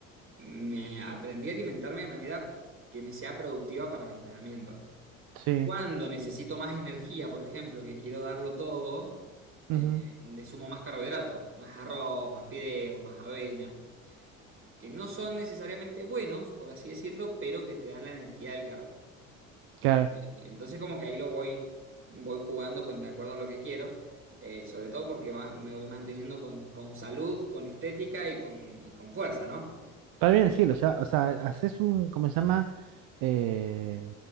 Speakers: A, on the right (about 35°); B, on the right (about 65°).
A: me aprendí a alimentarme de manera que me sea productiva para mi entrenamiento.
B: Sí,
A: Cuando necesito más energía, por ejemplo, que quiero darlo todo, eh,
B: ujú,
A: le sumo más carbohidrato, más arroz, más fideos, más avena, que no son necesariamente buenos, por así decirlo, pero que te dan la energía del carbo.
B: claro.
A: Entonces como que ahí lo voy, voy jugando con de acuerdo a lo que quiero, eh, sobre todo porque va- me voy manteniendo con, con salud, con estética y con, y con fuerza, ¿no?
B: Está bien, sí, lo ya, o sea, haces un, ¿cómo se llama? Eh,